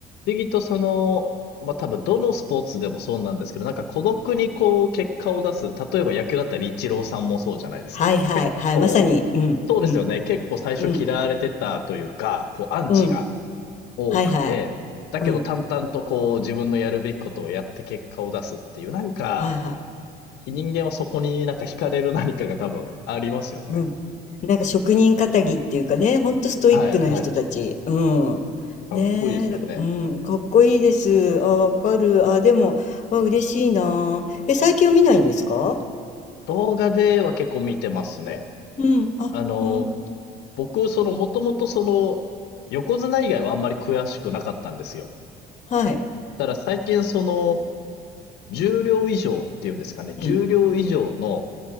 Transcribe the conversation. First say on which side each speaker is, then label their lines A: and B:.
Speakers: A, on the left; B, on the left.
A: 不思議とその、まあ、多分どのスポーツでもそうなんですけど、なんか孤独にこう結果を出す、例えば野球だったらイチローさんもそうじゃないですか。
B: はいはい、
A: 結構、
B: はい、まさに、うん、
A: そうですよね。
B: うん、
A: 結構最初嫌われてたというか、
B: うん、
A: こうアンチが
B: うん、
A: 多くて、
B: はいはい、
A: だけど淡々とこう自分のやるべきことをやって結果を出すっていう、
B: うん、
A: なんか
B: はいはい、
A: 人間はそこになんか惹かれる何かが多分ありますよね。
B: うん。なんか職人かたぎっていうかね、ほんとストイックな人たち。
A: はい、はい。
B: うん。
A: かっこいいですよね。
B: ねえ、だからうん、かっこいいです。あ、わかる。あ、でも、わ、嬉しいな。え、最近は見ないんですか
A: 動画では結構見てますね。
B: うん。あ、
A: あの、
B: うん。
A: 僕、その、もともとその、横綱以外はあんまり詳しくなかったんですよ。
B: はい。
A: ただ最近その、重量以上っていうんですかね、重量以上の、
B: うん。